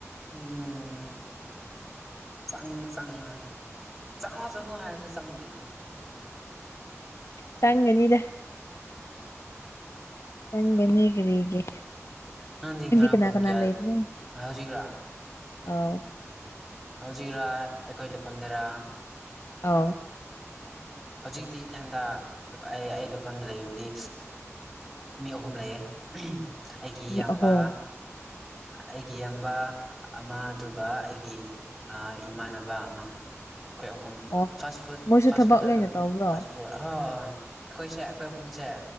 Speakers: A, in the centre; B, on the left (about 65°).
A: ꯎꯝ ꯆꯪꯁꯪ ꯃ ꯆꯪꯉꯣ ꯆꯪꯉꯣ ꯍꯥꯏꯔꯁꯨ ꯆꯪꯗꯦ
B: ꯆꯪꯒꯅꯤꯗ ꯆꯪꯒꯅꯤ ꯀꯔꯤꯒꯤ
A: ꯅꯪꯗꯤ ꯉꯔꯥꯡ
B: ꯀꯅꯥ
A: ꯄꯨꯡ
B: ꯀꯅꯥ
A: ꯀꯌꯥ
B: ꯂꯩꯕꯅꯣ
A: ꯍꯧꯖꯤꯛꯔꯥ
B: ꯑꯥꯎ
A: ꯍꯧꯖꯤꯛꯔꯥ ꯑꯩꯈꯣꯏ ꯂꯩꯐꯝꯗꯔꯥ
B: ꯑꯥꯎ
A: ꯍꯧꯖꯤꯛꯇꯤ ꯏꯊꯟꯗ ꯑꯩ ꯑꯩ ꯂꯩꯐꯝꯗ ꯂꯩꯕꯗꯤ ꯃꯤ ꯑꯍꯨꯝ ꯂꯩꯌꯦ ꯑꯩꯒꯤ
B: ꯃꯤ
A: ꯏꯌꯥꯝꯕ
B: ꯑꯍꯨꯝ
A: ꯑꯩꯒꯤ ꯏꯌꯥꯝꯕ ꯑꯃ ꯑꯗꯨꯒ ꯑꯩꯒꯤ ꯏꯃꯥꯟꯅꯕ ꯑꯃ ꯑꯩꯈꯣꯏ ꯑꯍꯨꯝ
B: ꯑꯣ
A: ꯐꯥꯁ ꯐꯨꯗ
B: ꯃꯣꯏꯁꯨ
A: ꯐꯥꯁ
B: ꯊꯕꯛ
A: ꯨꯗ
B: ꯂꯣꯏꯅ
A: ꯑꯗꯨꯝ
B: ꯇꯧꯕ꯭ꯔꯣ
A: ꯐꯥ ꯐꯨ ꯑ ꯑꯩꯈꯣꯏꯁꯦ ꯑꯩꯈꯣꯏ ꯑꯍꯨꯝꯁꯦ